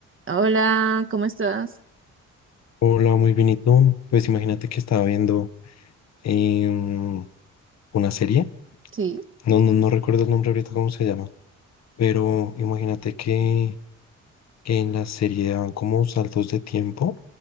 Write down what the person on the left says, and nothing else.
Hola, muy bien, ¿y tú? Pues imagínate que estaba viendo em, una serie,
no, no, no recuerdo el nombre ahorita cómo se llama, pero imagínate que, que en la serie daban como saltos de tiempo, o